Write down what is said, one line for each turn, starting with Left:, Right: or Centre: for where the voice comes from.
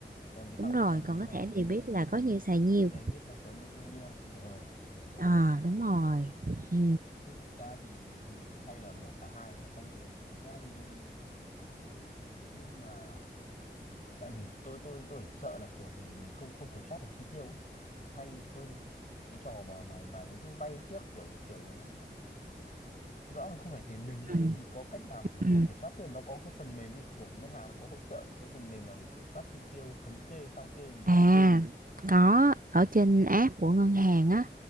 Left: còn cái thằng
Right: đúng rồi.
Left: thằng
Right: Còn cái
Left: thằng
Right: thẻ debit là có nhiêu xài nhiêu.
Left: debit là có nhiều tiêu nhiều ờ rồi rồi
Right: À, đúng rồi. Ừ,
Left: thế thực ra thì thì hay là mở cả hai nhỉ xong rồi thực ra thì thì nhưng mà tại vì tôi tôi tôi chỉ sợ là kiểu mình mình không không kiểm soát được chi tiêu ấy. hay tôi đấy cái trò mà mà mà cứ vay trước kiểu kiểu rõ là không phải tiền mình ấy.
Right: ừ,
Left: thì có cách nào kiểu
Right: ừ.
Left: mình kiểm soát tiền nó có cái phần mềm hay của ngân hàng nó có hỗ trợ những cái phần mềm nào để kiểm soát chi tiêu thống kê sao kê gì đấy
Right: À,
Left: không
Right: có ở trên app của ngân hàng á